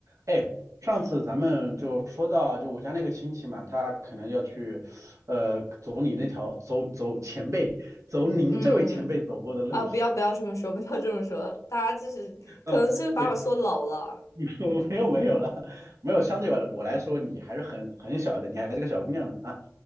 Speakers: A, on the right; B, on the left.
A: 哎，上次咱们就说到，就我家那个亲戚嘛，他可能要去，呃，走你那条，走走前辈，走您这位前辈走过的路。
B: 嗯，啊，不要不要这么说，不要这么说，大家就是可能就是把我说老了。
A: <laughs> 嗯，对。<laughs> 没有没有了，没有。相对我来我来说，你还是很很小的，你还是个小姑娘呢啊。